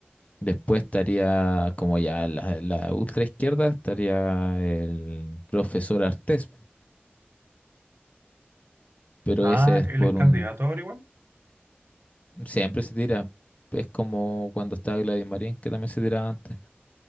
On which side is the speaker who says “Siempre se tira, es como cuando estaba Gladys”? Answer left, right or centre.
Left